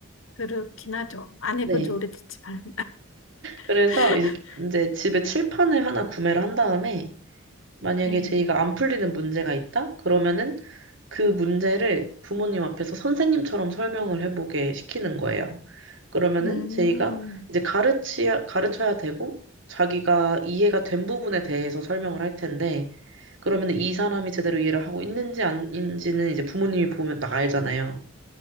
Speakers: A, on the left; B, on the right.
A: 그렇긴 하죠. 안 해본
B: 네.
A: 지 오래됐지만.
B: 그래서
A: <laughs>
B: 이제, 이제 집에 칠판을 하나 구매를 한 다음에 만약에
A: 네.
B: 제이가 안 풀리는 문제가 있다? 그러면은 그 문제를 부모님 앞에서 선생님처럼 설명을 해보게 시키는 거예요. 그러면은
A: 음,
B: 제이가 이제 가르치, 가르쳐야 되고 자기가 이해가 된 부분에 대해서 설명을 할 텐데 그러면 이 사람이 제대로 이해를 하고 있는지 아닌지는 이제 부모님이 보면 딱 알잖아요.